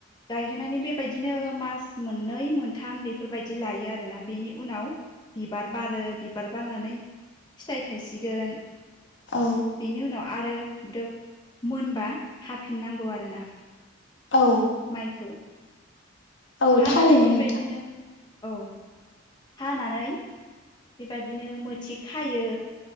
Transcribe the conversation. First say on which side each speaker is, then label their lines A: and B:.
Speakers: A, on the left; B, on the left.
A: गायहोनानै बेबायदिनो मास मोननै मोनथाम बेफोरबायदि लायो आरोना बेनि उनाव। बिबार बारो बिबार बारनानै फिथाइ थायसिगोन
B: औ
A: बेनि उनाव आरो। ग्रोब मोनबा हाफिननांगौ आरोना।
B: औ
A: माइखौ
B: औ
A: हानानै
B: थारैनो
A: बेबायदिनो।
B: नोंथां
A: औ हानानै बेबदिनो मोथि खायो।